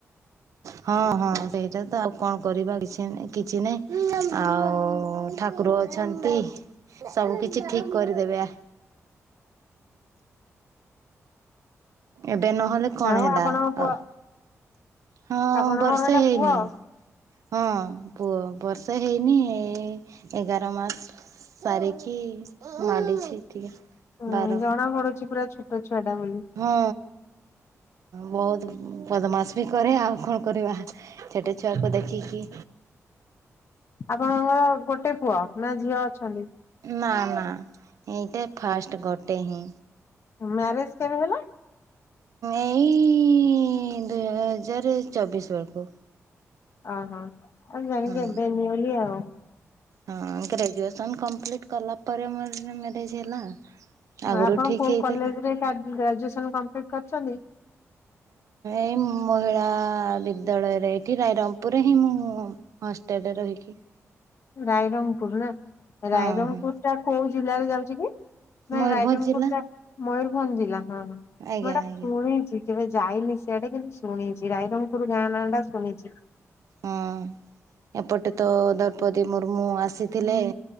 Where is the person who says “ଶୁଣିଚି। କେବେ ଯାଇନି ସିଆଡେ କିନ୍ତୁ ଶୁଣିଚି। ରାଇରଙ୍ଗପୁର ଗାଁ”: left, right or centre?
Left